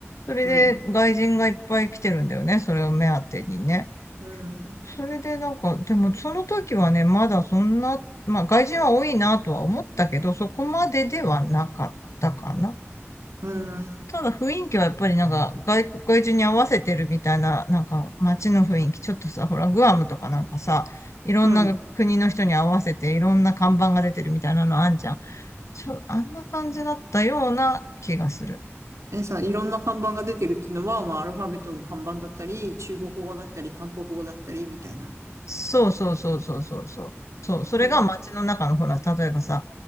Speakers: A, on the left (about 80°); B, on the right (about 80°).
A: それで、
B: うん。
A: 外人がいっぱい来てるんだよね。それを目当てにね。
B: うん。
A: それで、なんか、でも、その時はね、まだそんな、まあ、外人は多いなとは思ったけど、そこまでではなかったかな。
B: うん。
A: ただ、雰囲気はやっぱり、なんか外国、外人に合わせてるみたいな、なんか、街の雰囲気。ちょっとさ、ほら、グアムとかなんかさ、いろんな国の人に合わせて、
B: うん。
A: いろんな看板が出てるみたいなのあんじゃん。ちょ、あんな感じだったような気がする。
B: え、さ、いろんな看板が出てるっていうのは、まあ、アルファベットの看板だったり、中国語だったり、韓国語だったり、みたいな。
A: そうそうそうそうそうそう。そう、それが街の中のほら、
B: うん。
A: 例えばさ、